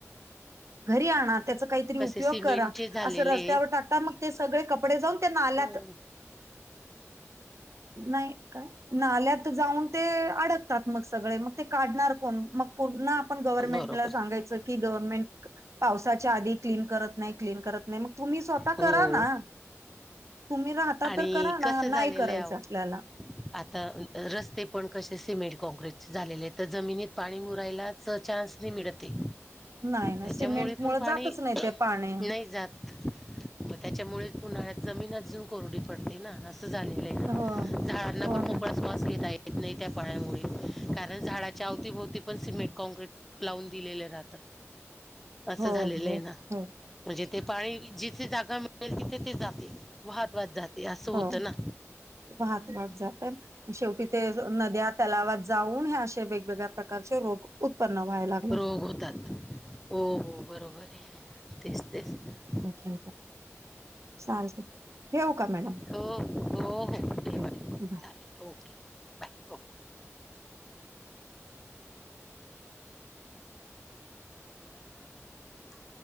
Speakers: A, in the centre; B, on the right.
A: ह
B: घरी आणा त्याचा काहीतरी उपयोग
A: सिमेंटचे
B: करा
A: झालेले
B: असं रस्त्यावर
A: आहेत
B: टाक आता मग ते सगळे कपडे जाऊन त्यांना आल्यात
A: हम्म.
B: नाही का नाल्यात जाऊन ते अडकतात मग सगळे मग ते काढणार कोण मग पर्ण आपण गव्हर्नमेंटला
A: बरोबर
B: सांगायचं गनमें पावसाच्या आध क्न करत कत तु् स्व
A: हो
B: करा त्
A: आणि
B: करा ना
A: कसं झालेलं
B: नाही करायचं
A: आहे अहो
B: आपल्याला
A: आता रस्ते पण कसे सिमेंट कॉँक्रीट झालेले तर जमिनीत पाणी मुरायलाच चान्स मिळते
B: नाही ना
A: त्याच्यामुळे
B: सिमेंट मुळ
A: पण पाणी
B: जातच नाही ते पाणी
A: नाही जात त्याच्यामुळे उन्हाळ्यात जमीन अजून कोरडी पडते ना असं झालेलं झाडांना
B: हो हो
A: पण मोकळा
B: ना
A: श्वास घेताय येत नाही त्या पाळमुळे कारण झाडाच्या अवतीभोवती पण सिमेंट कॉँक्रीट लावून दिलेलं राहत असं
B: हो
A: झालेलं
B: हो
A: आहे ना
B: हो
A: म्हणजे ते पाणी जिथे जागा मिळेल तिथे ते जाते वाहत वात जाते असं होतं
B: हो
A: ना.
B: महातमाग जात शेवटी ते नद्या तलावात जाऊन हे असे वेगवेगळ्या प्रकारचे रोग उत्पन्न व्हायला लागलेत
A: भगवतात हो हो बरोबर आहे तेच तेच
B: अखे सार स ठेऊ का मॅडम
A: हो हो हो ठेवा
B: ठ
A: ठेवा
B: बाय
A: चालेल ओके बाय हो. <inaudible> <unintelligible>